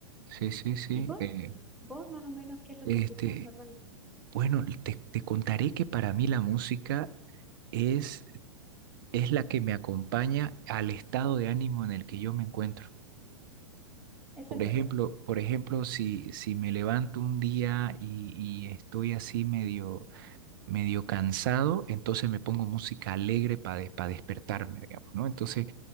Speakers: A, on the right (about 40°); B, in the centre.
A: Sí, sí, sí.
B: ¿Y vos?
A: eh,
B: ¿Vos más o menos qué es lo
A: este,
B: que escuchás normalmente?
A: bueno, te, te contaré que para mí la música es, es la que me acompaña al estado de ánimo en el que yo me encuentro.
B: Eso
A: Por
B: es
A: ejemplo,
B: verdad.
A: por ejemplo, si, si me levanto un día y, y estoy así medio, medio cansado, entonces me pongo música alegre para despertarme, digamos, ¿no? Entonces,